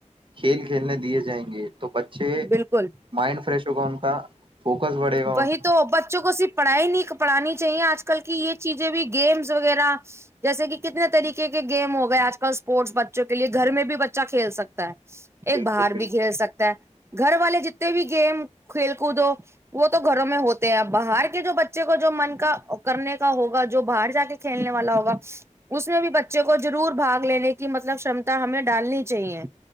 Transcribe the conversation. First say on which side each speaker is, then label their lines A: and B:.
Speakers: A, on the right (about 45°); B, on the right (about 20°).
A: کھیل کھیلنے دیے جائیں گے تو بچے چھ
B: بالکل
A: مائنڈ فریش جو کا ان کا فوکس بڑھے گا
B: وہی تو بچوں کو صرف پڑھائی نہیں پڑھانی چاہیے آج کل کی یہ چیزیں بھی گیمس وغیرہ جیسے کہ کتنے طریقے کے گیم ہو گئے آج کل اسپورٹس بچوں کے لیے گھر میں بھی بچہ کھیل سکتا ہے
A: بالکل
B: ایک باہر
A: بالکل
B: بھی کھیل سکتا ہے گھر والے جتنے بھی گیم کھیل کود ہو وہ تو گھروں میں ہوتے ہیں باہر کے جو بچے کو جو من کا کرنے کا ہوگا جو باہر جا کے کھیلنے والا ہوگا اس میں بھی بچے کو ضرور بھگ لینے کی مطلب شمتا ہمیں ڈالنی چاہیے